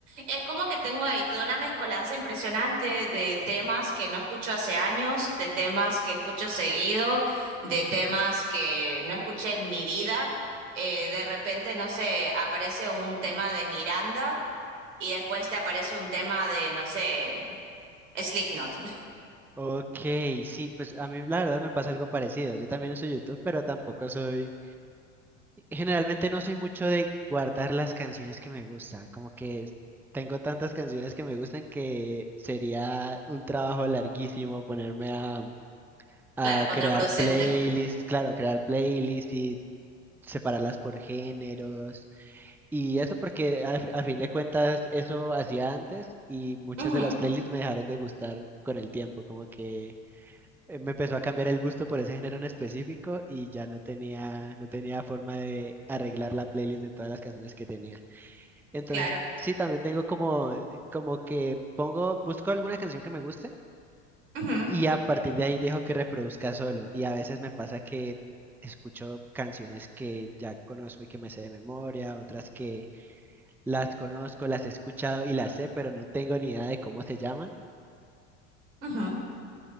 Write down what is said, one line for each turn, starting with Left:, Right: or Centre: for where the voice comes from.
Right: es como que tengo ahí toda una mezcolanza impresionante de temas que no escucho hace años, de temas que escucho seguido, de temas que no escuché en mi vida. Eh, de repente, no sé, aparece un tema de Miranda y después te aparece un tema de, no sé, Slipknot. <laughs>
Centre: Ok, sí, pues a mí la verdad me pasa algo parecido. Yo también uso YouTube, pero tampoco soy, generalmente no soy mucho de guardar las canciones que me gustan. Como que tengo tantas canciones que me gustan que sería un trabajo larguísimo ponerme a, a
Right: Claro, contraproducente.
Centre: crear playlists, claro, crear playlists y separarlas por géneros. Y eso porque a, a fin de cuentas eso hacía antes y muchas
Right: Ujú,
Centre: de las playlists me dejaron de gustar con el tiempo, como que eh, me empezó a cambiar el gusto por ese género en específico y ya no tenía, no tenía forma de arreglar la playlist de todas las canciones que tenía. Entonces,
Right: claro.
Centre: sí, también tengo como, como que pongo, busco alguna canción que me guste
Right: Ujú,
Centre: y a partir de ahí dejo que reproduzca solo. Y a veces me pasa que escucho canciones que ya conozco y que me sé de memoria, otras que las conozco, las he escuchado y las sé, pero no tengo ni idea de cómo se llaman.
Right: ujú.